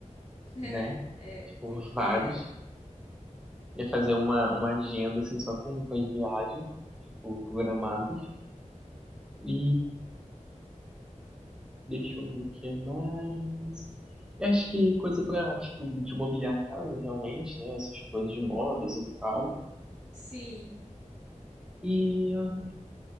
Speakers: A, on the left; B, in the centre.
A: <laughs>
B: né?
A: É,
B: Tipo,
A: tem que ter,
B: vários.
A: né?
B: Ia fazer uma, uma agenda, assim, só com, com as viagens tipo, programadas. E deixa eu ver o que mais. Eu acho que coisa pra, tipo, de mobiliar a casa, realmente, né? Essas coisas de imóveis e tal.
A: Sim.
B: E